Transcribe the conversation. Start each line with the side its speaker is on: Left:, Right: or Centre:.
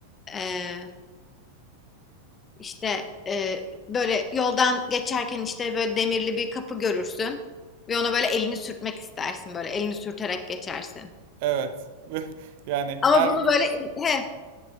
Left: e, işte e, böyle yoldan geçerken işte böyle demirli bir kapı görürsün ve ona böyle elini sürtmek istersin böyle elini sürterek geçersin.
Right: Evet. <laughs> Yani
Left: Ama
Right: her
Left: bunu
Right: gün
Left: böyle he